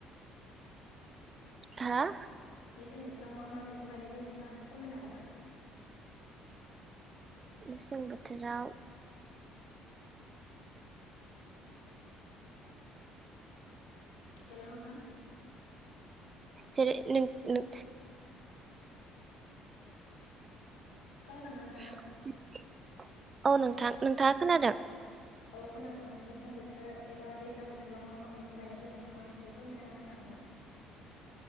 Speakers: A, on the right; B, on the left.
A: हा?
B: मेसें बोथोराव मा मा मैगं गायनाय जायो नोंथाङा एसे फोरमायनो हागोन ना?
A: मेसें बोथोराव
B: हेलौ नोंथां।
A: जेरै नों-नों
B: खोनादोंना
A: <inaudible>
B: नोंथाङा
A: औ नोंथां नोंथाङा खोनादों।
B: औ खोनादों मेसें बोथोर एबा दैज्लां बोथोराव मा मा मैगं गायनाय जायो नोंथाङा एसे फोरमायना होनो हागोन ना?